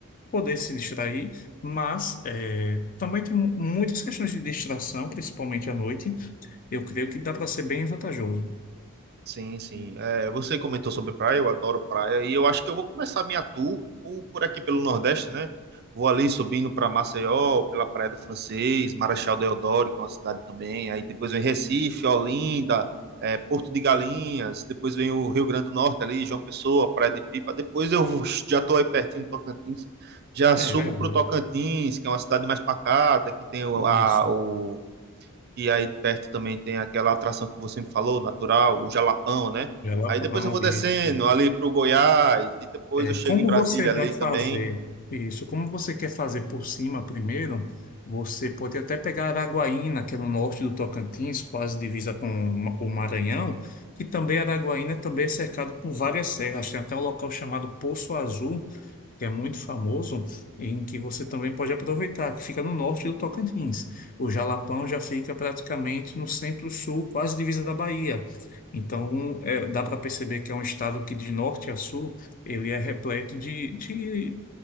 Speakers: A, on the left; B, on the right.
A: poder se distrair, mas eh, também tem mu- muitas questões de distração, principalmente à noite. Eu creio que dá para ser bem vantajoso.
B: Sim, sim. É, você comentou sobre praia, eu adoro praia e eu acho que eu vou começar minha tour por, por aqui pelo Nordeste, né? Vou ali subindo para Maceió, pela Praia do Francês, Marechal Deodoro, que é uma cidade também. Aí depois vem Recife, Olinda, é, Porto de Galinhas. Depois vem o Rio Grande do Norte ali, João Pessoa, Praia de Pipa. Depois eu vou- já estou aí pertinho do Tocantins, já
A: É
B: subo
A: verdade.
B: para o Tocantins, que é uma cidade mais pacata, que tem o,
A: Isso.
B: a, o e aí perto também tem aquela atração que você me falou, natural, o Jalapão, né?
A: Jalapão,
B: Aí depois eu vou descendo
A: isso.
B: ali pro Goiás e depois
A: É,
B: eu chego
A: como
B: em Brasília
A: você vai
B: ali
A: fazer
B: também.
A: isso? Como você quer fazer por cima primeiro? Você pode até pegar Araguaína, que é no norte do Tocantins, quase divisa com o Ma- o Maranhão, que também Araguaína também é cercado por várias serras. Tem até um local chamado Poço Azul, que é muito famoso, em que você também pode aproveitar, que fica no norte do Tocantins. O Jalapão já fica praticamente no centro-sul, quase divisa da Bahia. Então, é, dá para perceber que é um estado que, de norte a sul, ele é repleto de, de